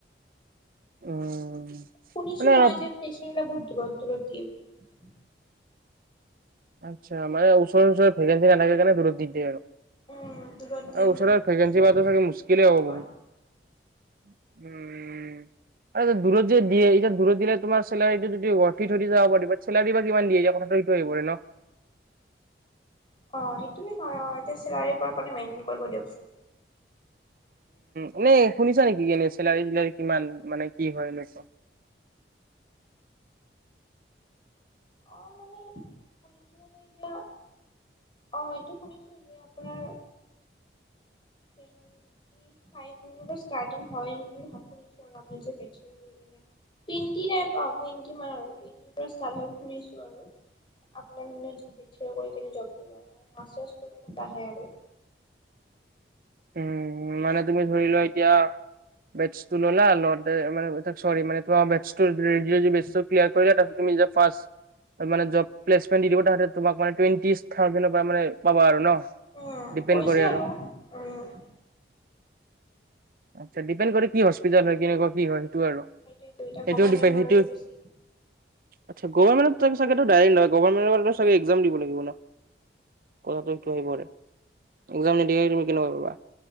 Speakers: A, on the right; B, on the left.
A: উম।
B: শুনিছোঁ
A: মানে অলপ
B: মই যে ফেচাৰচ বহুত দূৰৰত দূৰৰত দিয়ে বুলি।
A: আচ্ছা মানে ওচৰে ওচৰে ঘৰৰ পৰা আনা জানা নেথাকে কাৰণে দূৰত দি দিয়ে আৰু।
B: উম দূৰত দিয়ে বুলি
A: ওচৰৰ
B: শুনিছো
A: ভেকেঞ্চি নাথাকিলে
B: আৰু
A: চাগে মুশকিলেই আৰু
B: হয়
A: বহুত। উম। আৰু এতিয়া দূৰত যে এতিয়া দূৰত দিলে তোমাৰ চেলাৰীটো যদি ওৰ্তি ৰখি থাকি‌ যায় বা চেলাৰী বা কিমান দিয়ে ইয়াৰ কথাষাৰ। সেইটো আহিপৰে ন।
B: অ সেইটোৱে হয় অ এতিয়া চিলাৰীৰ পৰা মানে মেইনটেইন কৰিব দিয়কচোন।
A: উম এ শুনিছা নেকি? এনে চেলাৰী টেলাৰী কিমান মানে কি হয় এনেকুৱা।
B: অ মানে। শুনিছোঁ মানে এতিয়া। অ এইটো শুনিছোঁ যে আপোনাৰ। টুৱেন্টি ফাইভ পৰা ষ্টাৰ্টিং হয় নেকি সাফেৰলি আৰু বেছৰ কৰি কিনে। টুৱেন্টি আৰু টুৱেন্টি মান ষ্টাৰ্ট হয় শুনিছোঁ আৰু। আপোনাৰ বেছলৰ কৰি থাকে যবটো লৈ আৰু মাষ্টাৰ কৰিলে বাঢ়ে আৰু।
A: উম মানে তুমি ধৰি লোৱা এতিয়া। বেছটো ললা লৈতে মানে ছৰি মানে তোমাৰ বেছটো ৰেডিঅলজী বিশ্ব পিয়া কৰিলা তাৰ পিছত তুমি। আদা ফাৰ্চ মানে জব প্লেচমেণ্ট দি দিব তাহতে তুমাক মানে টুৱেণ্টি থাউজেৰ পৰা মানে পাব আৰু ন?
B: উম,
A: ডিপেণ্ড
B: কৈছে
A: কৰে
B: আৰু উম।
A: আচ্ছা, ডিপেণ্ড কৰে কি হস্পিটেল হয় কেনেকুৱা কি হয়? আৰু
B: সেইটোয়েটো এতিয়া
A: সেইটো
B: গভমেণ্ট
A: ডিপেণ্ড
B: হলেতো
A: সেইটো
B: বেছি।
A: আচ্ছা গভাৰমেণ্ট টেনচক ডাইৰেক নহ গভৰমেণ্ট একজাম দিব লাগিব ন? কথাটো এইটো আহি পৰে একজাম নিদিয়াকৈ তুমি কেনেকৈ পাবা?